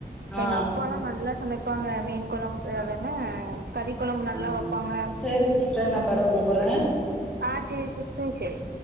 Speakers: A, in the centre; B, on the right.
A: ஆ
B: எங்க அப்பால்லா நல்லா சமைப்பாங்க மீன் கொழம்
A: ஆ
B: அது என்ன கறி கொழம்பு நல்லா
A: ஆ
B: வப்பாங்க
A: சேரி சிஸ்டர் நா பெறவு கூப்பற
B: ஆ சேரி சிஸ்டர் சேரி